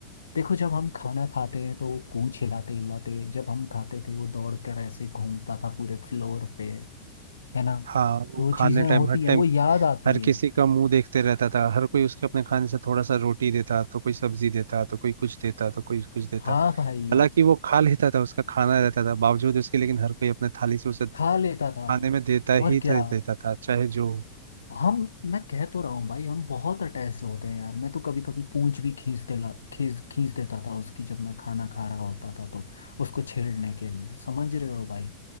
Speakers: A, on the left; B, on the right.
A: देखो जब हम खाना खाते हैं तो वो पूंछ हिलाते हिलाते जब हम खाते थे वो दौड़ कर ऐसे घूमता था पूरे फ्लोर पे है ना
B: हाँ वो
A: तो वो
B: खाने
A: चीज़ें
B: टाइम
A: होती
B: हर
A: हैं
B: टाइम
A: वो याद आती
B: हर
A: है
B: किसी का मुंह देखते रहता था हर कोई उसके अपने खाने से थोड़ा सा रोटी देता तो कोई सब्जी देता तो कोई कुछ देता तो कोई कुछ देता
A: हाँ भाई
B: हालांकि वो खा लेता था उसका खाना रहता था बावजूद उसके लेकिन हर कोई अपने थाली से उसे
A: खा लेता
B: खाने
A: था
B: में देता
A: और
B: ही
A: क्या
B: था देता था चाहे जो हो।
A: हम मैं कह तो रहा हूँ भाई हम बहुत अटैच्ड होते हैं यार मैं तो कभी कभी पूंछ भी खींच देला खींच खींच देता था उसकी जब मैं खाना खा रहा होता था तो उसको छेड़ने के लिए समझ रहे हो भाई